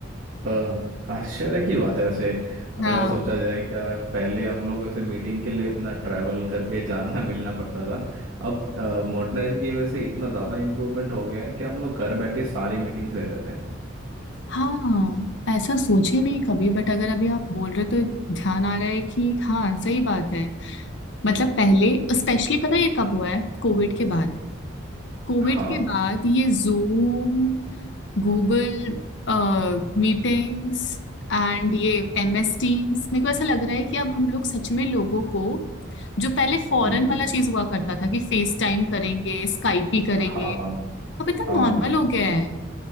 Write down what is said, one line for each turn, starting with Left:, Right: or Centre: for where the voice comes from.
Right: अ, आश्चर्य की बात है वैसे
Left: <laughs>
Right: अगर
Left: हाँ
Right: सोचा जाए क्या पहले हम लोग वैसे मीटिंग के लिए इतना ट्रैवल करके जाना मिलना पड़ता था अब मॉडर्नाइजेशन की वजह से इतना ज़्यादा इम्प्रूवमेंट हो गया है कि हम लोग घर बैठे सारी मीटिंग्स ले लेते हैं
Left: हाँ ऐसा सोचे नहीं कभी बट अगर अभी आप बोल रहे हो तो ध्यान आ रहा है कि हाँ सही बात है मतलब पहले स्पेशली पता है ये कब हुआ है कोविड के बाद कोविड
Right: हाँ
Left: के बाद ये जूम गूगल मीटिंग्स एंड ये एम एस टीम्स मेरे को ऐसा लग रहा है कि अब हम लोग सच में लोगों को जो पहले फॉरेन
Right: हम्म,
Left: वाला चीज हुआ करता था कि फेस टाइम करेंगे स्काइप ही करेंगे
Right: हाँ
Left: अब इतना
Right: हाँ
Left: नॉर्मल हो गया है